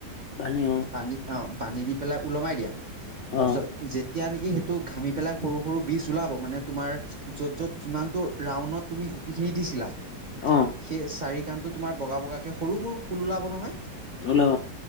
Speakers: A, on the left; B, on the right.
A: পানী অ
B: বান্ধি অ', বান্ধি দি পেলাই ওলমাই দিয়া তাৰ
A: অ
B: পিছত যেতিয়া নেকি সেইটো ঘামি পেলাই সৰু, সৰু বীজ ওলাব মানে তোমাৰ য'ত, য'ত যিমানটো ৰাউণ্ডত তুমি গুটি খিনি দিছিলা
A: অ
B: সেই চাৰি কাণতটো তোমাৰ বগা বগা কে সৰু সৰু ফুল ওলাব নহয়
A: ওলা